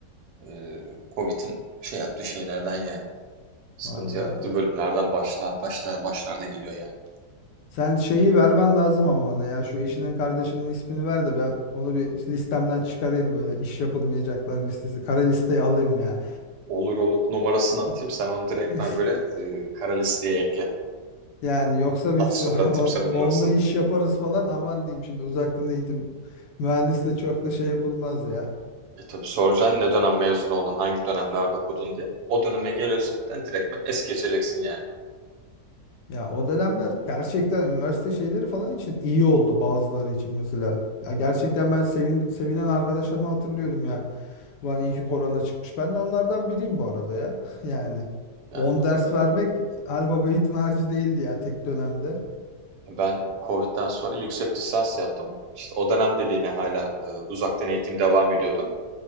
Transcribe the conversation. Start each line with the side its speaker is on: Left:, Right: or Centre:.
Right: e, Covid'in şey yaptığı şeylerden yani. Sıkıntı
Left: Vallahi
Right: yarattı.
Left: ya.
Right: Bölümlerden başlar başlar başlarda geliyor yani.
Left: Sen şeyi vermen lazım ama bana ya şu eşinin kardeşinin ismini ver de ben onu bir listemden çıkarayım böyle iş yapılmayacaklar listesi kara listeye alayım ya.
Right: Olur olur. Numarasını atayım.
Left: <laughs>
Right: Sen onu direktmen böyle e, kara listeye ekle.
Left: Yani yoksa
Right: Az
Left: biz
Right: sonra
Left: <laughs>
Right: atayım
Left: o-
Right: sana numarasını.
Left: onunla iş yaparız falan aman diyeyim şimdi uzaktan eğitim mühendisle çok da şey yapılmaz ya.
Right: E tabii soracaksın ne dönem mezun oldun, hangi dönemlerde okudun diye. O döneme geliyorsun zaten direktmen es geçeceksin yani.
Left: Ya o dönemler gerçekten üniversite şeyleri falan için iyi oldu bazıları için mesela. Ya gerçekten ben sevin, sevinen arkadaşlarımı hatırlıyorum ya. Ulan iyi ki korona çıkmış. Ben de onlardan biriyim bu arada ya. <laughs> Yani
Right: Yani
Left: 10
Right: doğru.
Left: ders vermek her baba yiğidin harcı değildi ya tek dönemde.
Right: E, Ben Covid'den sonra yüksek lisans yaptım. İşte o dönem dediğine hala e, uzaktan eğitim devam ediyordu.